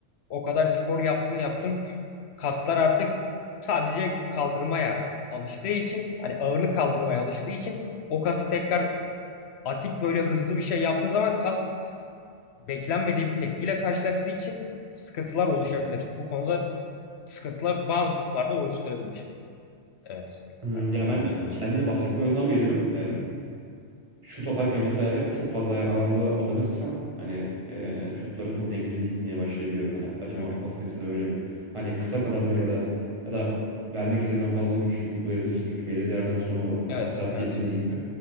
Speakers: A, on the left (about 65°); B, on the right (about 25°).
A: o kadar spor yaptın yaptın kaslar artık sadece kaldırmaya alıştığı için hani ağırlık kaldırmaya alıştığı için o kası tekrar atik böyle hızlı bir şey yaptığın zaman kas beklenmediği bir tepkiyle karşılaştığı için sıkıntılar oluşabilir. Bu konuda sıkıntılar bazı durumlarda oluşturabilir. Evet.
B: Hmm,
A: Haklısın
B: ya ben
A: yani
B: de
A: o konuda.
B: kendi de basketbol oyundan biliyorum.
A: Hı hı.
B: şut atarken vesaire çok fazla eğer ağırlığa abanırsam hani e, şutların çok dengesiz gitmeye başlayabiliyor. Hani acaba
A: Hı hı.
B: masa tenisinde öyle mi? Hani kısa kalabilir ya da ya da vermek istediğinden fazla güç uygulayabilirsin. Çünkü belli bir yerden sonra o
A: Evet,
B: hassasiyetin
A: evet.
B: de gidiyor.